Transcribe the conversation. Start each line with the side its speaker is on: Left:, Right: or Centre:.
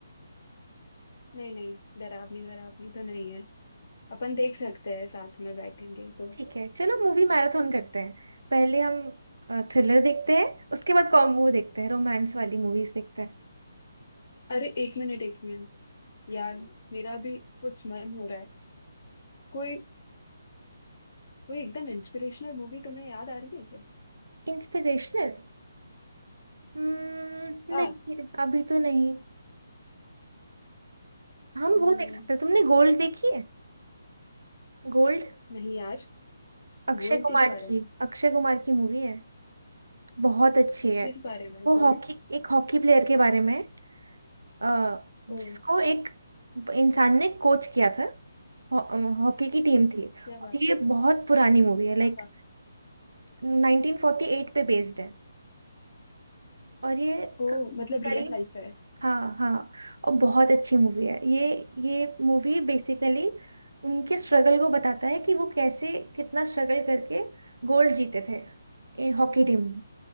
Left: नहीं नहीं डरावनी डरावनी तो नहीं है अपन देख
Right: ठीक
Left: सकते हैं साथ में बैठेंगे तो
Right: ठीक है चलो मूवी मैराथन करते हैं पहले हम थ्रिलर देखते हैं उसके बाद कॉम वो देखते हैं रोमांस वाली मूवीज देखते हैं
Left: अरे एक मिनट एक मिनट यार मेरा भी कुछ मन हो रहा है कोई कोई एकदम इंस्पिरेशनल मूवी तुम्हें याद आ रही है क्या
Right: इंस्पिरेशनल हम्म
Left: हाँ
Right: नहीं अभी तो नहीं हम
Left: हम्म,
Right: वो देख सकते हैं तुमने गोल्ड देखी है गोल्ड
Left: नहीं यार
Right: अक्षय
Left: गोल्ड
Right: कुमार
Left: किस बारे
Right: की
Left: में
Right: अक्षय कुमार की मूवी है बहुत अच्छी है
Left: किस बारे में
Right: वो
Left: गोल्ड
Right: हॉकी एक हॉकी प्लेयर के बारे में है। अ,
Left: ओ
Right: जिसको एक इंसान ने कोच किया था हॉ- अ, हॉकी की टीम थी
Left: क्या
Right: और
Left: बात
Right: ये
Left: है
Right: बहुत पुरानी मूवी है लाइक
Left: हाँ हाँ
Right: 1948 पे बेस्ड है और ये
Left: ओ
Right: क-
Left: मतलब रियल
Right: करीब
Left: लाइफ है
Right: हाँ हाँ और बहुत अच्छी मूवी है ये ये मूवी बेसिकली उनके स्ट्रगल को बताता है कि वो कैसे कितना स्ट्रगल करके गोल्ड जीते थे हॉकी टीम